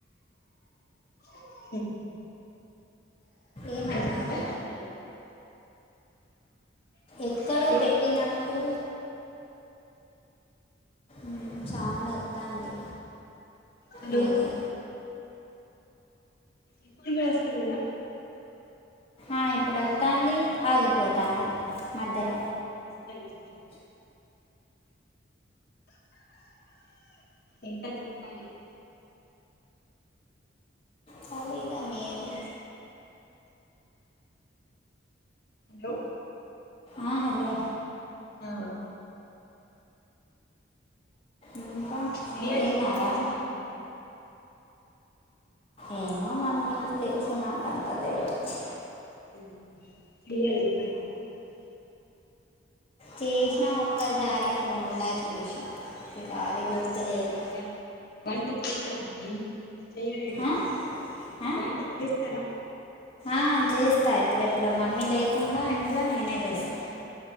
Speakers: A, on the left; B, on the left.
A: హ
B: ఏమన్నారు
A: <inaudible> అందరుూ
B: ఎక్కడో
A: హలో
B: పెట్టినట్టు మ్, సౌండ్ ఒత్తాంది
A: హలో
B: మీది
A: ఇప్పుడు వేస్తలేదా
B: ఆ ఇప్పుడోత్తాంది ఆగిపోతుంది మద్దేల
A: అలి ఇంకా చెప్పాలి
B: ఖాళీగా మీరే
A: హలో
B: ఆ, హలో
A: అవున్
B: ఇంకా
A: బిర్యానీ
B: తిన్నారా
A: ఎట్లా చేస్తరు మీరు
B: ఏమో మ మీకు తెలుసు నాకంత తెలివదు ప్చ్
A: <unintelligible>
B: చేసినా ఒక్కసారి ఫోన్లా చూసి ఇకా అది గుర్తులేదు
A: వం వంట చేస్తారా మరి ఈవినింగ్ చేయరేమో
B: ఆ? ఆ?
A: వంట చేస్తారా
B: ఆ చేస్తా ఎప్పుడెప్పుడో మమ్మీ లేకుండా ఇంట్లో నేనే చేస్తా